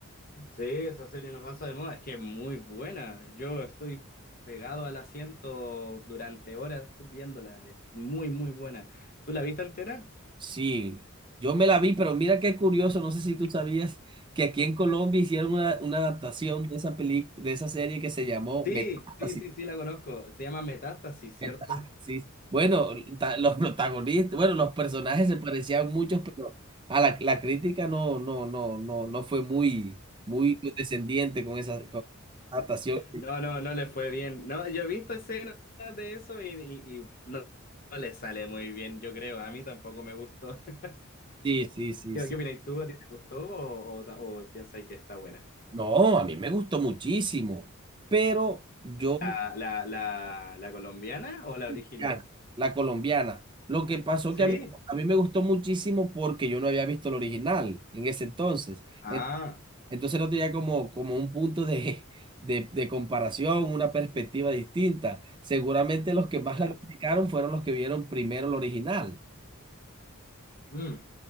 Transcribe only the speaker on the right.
Sí, yo me la vi, pero mira qué curioso, no sé si tú sabías que aquí en Colombia hicieron una, una adaptación de esa película, de esa serie que se llamó
Metástasis.
Metástasis.
Bueno, ta- los protagonistas, bueno, los personajes se parecían muchos, pero a la, la crítica no, no, no, no, no fue muy, muy descendiente con esa con esa adaptación.
Sí, sí, sí,
sí.
No, a mí me gustó muchísimo, pero yo
colombiana,
la colombiana. Lo que pasó
que a mí, a mí me gustó muchísimo porque yo no había visto el original en ese entonces.
En- Entonces no tenía como, como un punto de, <laughs> de, de comparación, una perspectiva distinta. Seguramente los que más
la criticaron fueron los que vieron primero el original.